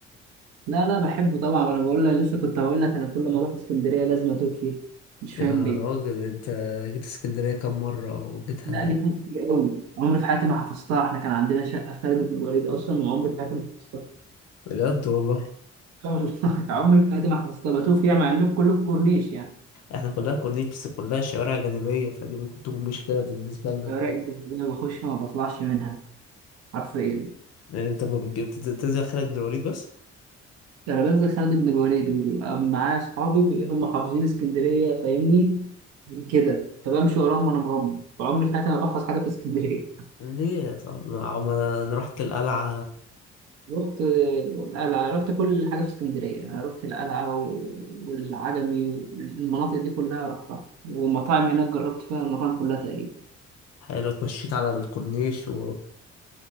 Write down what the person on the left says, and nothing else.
يا
راجل انت جيت اسكندرية كم مرة وجيتها
بجد والله
احنا كلها كورنيش بس كلها شوارع جانبية فدي ممكن تكون مشكلة بالنسبة لك
يعني انت ما بتجيب تنزل خالد بن الوليد بس؟
ليه يا صاحبي؟ ما- ما انا رحت القلعة
حلو اتمشيت على الكورنيش و...